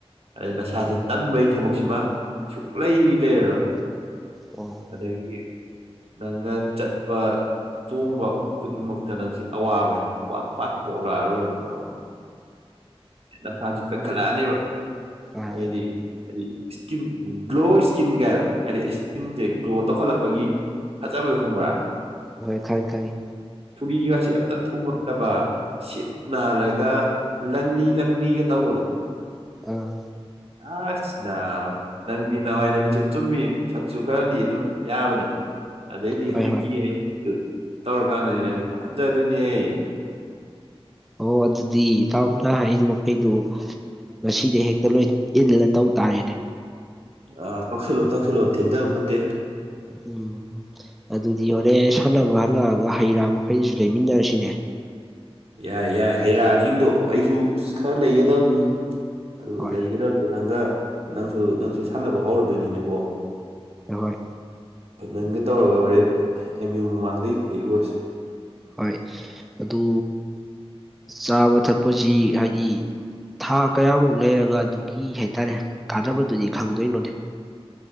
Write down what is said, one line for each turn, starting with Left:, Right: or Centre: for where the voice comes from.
Right: ꯑꯩ ꯅꯁꯥꯥꯁꯦ ꯇꯟꯕꯩ ꯊꯕꯛꯁꯤꯃ ꯁꯨꯛꯂꯩ ꯂꯩꯔꯔꯣꯏ
Centre: ꯑꯣ <unintelligible>
Right: ꯑꯗꯒꯤ ꯅꯪꯅ ꯆꯠꯄ ꯆꯣꯡꯕ ꯈꯨꯗꯤꯡꯃꯛꯇ ꯅꯪꯁꯤ ꯑꯋꯥꯕ ꯍꯥꯏꯗꯣ ꯄꯥꯛ ꯄꯥꯛ ꯄꯣꯛꯂꯛꯑꯔꯣꯏꯕ ꯈꯪꯉꯕ <unintelligible> ꯅꯁꯥꯁꯨ ꯀꯟꯈꯠꯂꯛꯑꯅꯦꯕ
Centre: ꯑꯥ
Right: ꯑꯩꯗꯤ ꯏꯁꯀꯤꯟ ꯒ꯭ꯂꯣ ꯏꯁꯀꯤꯟ ꯀꯥꯏꯗꯣ ꯍꯥꯏꯗꯤ ꯏꯁꯀꯤꯟꯁꯦ ꯒ꯭ꯂꯣ ꯇꯧꯈꯠꯂꯛꯄꯒꯤ ꯐꯖꯕꯗꯣ ꯈꯪꯕ꯭ꯔꯥ
Centre: ꯍꯣꯏ ꯈꯪꯉꯤ ꯈꯪꯉꯤ
Right: ꯐꯨꯔꯤꯒꯁꯤ ꯑꯝꯇ ꯊꯨꯡꯉꯛꯇꯕ ꯁꯤꯠ ꯅꯥꯜꯂꯒ ꯂꯪꯂꯤ ꯂꯪꯂꯤꯒ ꯇꯧꯕꯗꯣ
Centre: ꯑꯥ
Right: ꯑꯁ ꯅꯥꯕ <unintelligible> ꯅꯪꯗꯤ ꯅꯃꯥꯏ ꯅꯃꯤꯠꯆꯨ ꯆꯨꯝꯃꯤ ꯁꯛꯁꯨ ꯈꯔꯗꯤ ꯑꯗꯨꯝ ꯌꯥꯕꯅꯤ ꯑꯗꯩꯗꯤ
Centre: ꯍꯣꯏ
Right: ꯍꯧꯖꯤꯛꯀꯤ
Centre: ꯍꯣꯏ
Right: ꯑꯩ <unintelligible> ꯗꯨ ꯇꯧꯔꯀꯥꯟꯗꯅꯤ ꯅꯪ ꯐꯖꯗꯣꯏꯅꯤ ꯍꯦ
Centre: ꯑꯣ ꯑꯗꯨꯗꯤ ꯏꯇꯥꯎꯅ ꯍꯥꯏꯔꯤꯕ ꯃꯈꯩꯗꯣ ꯉꯁꯤ ꯇꯦ ꯍꯦꯛꯇ ꯂꯣꯏ ꯏꯜꯂ ꯇꯧ ꯇꯥꯔꯦꯅꯦ
Right: ꯑ ꯇꯧꯁꯜꯂꯣ ꯇꯧꯁꯜꯂꯣ ꯊꯦꯡꯊꯕ ꯐꯠꯇꯦ
Centre: ꯎꯝ ꯑꯗꯨꯗꯤ ꯍꯣꯔꯦꯟ ꯁꯥꯟꯅꯕ ꯍꯜꯂꯛꯑꯒ ꯍꯩ ꯔꯥ ꯃꯈꯩꯗꯨꯁꯨ ꯂꯩꯃꯤꯟꯅꯔꯁꯤꯅꯦ
Right: ꯌꯥꯏ ꯌꯥꯏ ꯍꯩ ꯔꯥꯁꯤꯡꯗꯣ ꯑꯩꯁꯨ ꯈꯔ ꯂꯩꯒꯗꯕꯅꯤꯅꯦ ꯑꯗꯨ
Centre: ꯍꯣꯏ
Right: ꯂꯩꯒꯗꯕꯗꯣ ꯅꯪꯒ ꯅꯪꯁꯨ ꯅꯪꯁꯨ ꯁꯥꯟꯅꯕ ꯍꯧꯔꯗꯣꯏꯅꯤꯅꯀꯣ
Centre: ꯍꯣꯏ ꯍꯣꯏ
Right: ꯅꯪꯒ ꯇꯧꯔꯒ ꯍꯣꯔꯦꯟ ꯑꯦꯝ ꯌꯨ ꯃꯃꯥꯡꯗꯩ ꯂꯩꯔꯨꯔꯁꯦ
Centre: ꯍꯣꯏ ꯑꯗꯨ ꯆꯥꯕ ꯊꯛꯄꯁꯤ ꯍꯥꯏꯗꯤ ꯊꯥ ꯀꯌꯥꯃꯨꯛ ꯂꯩꯔꯒ ꯑꯗꯨꯒꯤ ꯍꯥꯏꯇꯥꯔꯦ ꯀꯥꯟꯅꯕꯗꯨꯗꯤ ꯈꯪꯗꯣꯏꯅꯣꯅꯦ